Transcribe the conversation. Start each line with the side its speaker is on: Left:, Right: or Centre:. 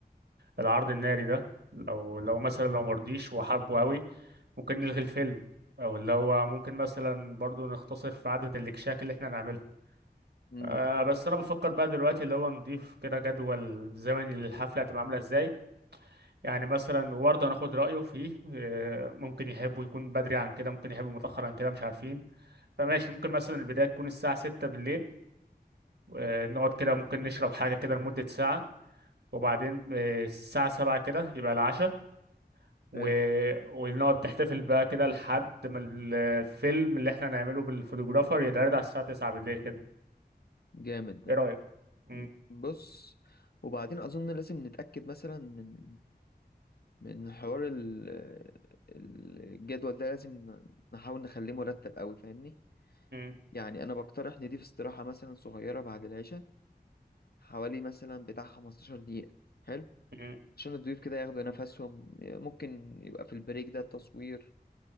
Right: العرض الناري ده لو لو مثلا لو مرضيش وحابه قوي ممكن نلغي الفيلم او اللي هو ممكن مثلا برضو نختصر في عدد الاكشاك اللي احنا نعملها
Left: امم
Right: أه بس انا بفكر بقى دلوقتي اللي هو نضيف كده جدول زمني للحفله هتبقى عامله ازاي يعني مثلا وبرضه هناخد رايه فيه أه ممكن يحبوا يكون بدري عن كده ممكن يحبوا متاخر عن كده مش عارفين فماشي ممكن مثلا البدايه تكون الساعه 6 بالليل أه نقعد كده ممكن نشرب حاجه كده لمده ساعه وبعدين آه، الساعه 7 كده يبقى العشاء و...
Left: حلو
Right: ونقعد نحتفل بقى كده لحد ما الفيلم اللي احنا نعمله بالفوتوغرافر يتعرض على الساعة 9 بالليل كده
Left: جامد ده
Right: ايه رأيك؟ م-
Left: مم. بص وبعدين اظن لازم نتاكد مثلا من من حوار ال- الجدول ده لازم ن- نحاول نخليه مرتب قوي فاهمني
Right: م-
Left: يعني انا بقترح نضيف استراحه مثلا صغيره بعد العشاء حوالي مثلا بتاع 15 دقيقه حلو
Right: م-
Left: عشان الضيوف كده ياخدوا نفسهم ممكن يبقى في البريك ده تصوير